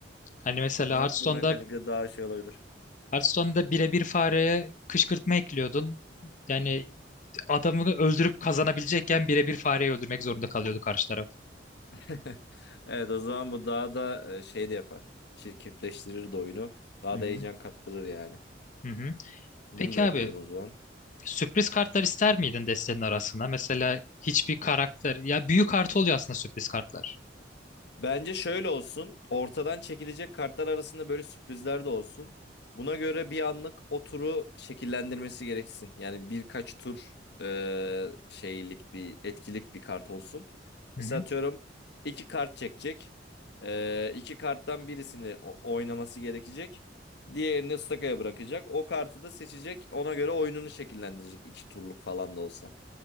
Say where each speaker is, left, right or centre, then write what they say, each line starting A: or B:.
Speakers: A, on the left (about 45°); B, on the left (about 65°).
A: Hani mesela
B: O zaman
A: Hearthstone'da
B: bu mekanikle daha şey olabilir.
A: Hearthstone'da birebir fareye kışkırtma ekliyordun. Yani adamı öldürüp kazanabilecekken birebir fareyi öldürmek zorunda kalıyordu karşı taraf.
B: <laughs> Evet o zaman bu daha da e, şey de yapar. Çirkefleştirir de oyunu. Daha
A: Hı
B: da
A: hı.
B: heyecan kattırır yani.
A: Hı hı.
B: Bunu
A: Peki
B: da
A: abi
B: ekleyelim o zaman.
A: sürpriz kartlar ister miydin destenin arasına? Mesela hiçbir karakter ya büyük kartı oluyor aslında sürpriz kartlar.
B: Bence şöyle olsun. Ortadan çekilecek kartlar arasında böyle sürprizler de olsun. Buna göre bir anlık o turu şekillendirmesi gereksin. Yani birkaç tur e, şeylik bir etkilik bir kart olsun. Mesela
A: Hı hı.
B: atıyorum iki kart çekecek. E, iki karttan birisini o- oynaması gerekecek. Diğerini ıstakaya bırakacak. O kartı da seçecek. Ona göre oyununu şekillendirecek. İki turluk falan da olsa.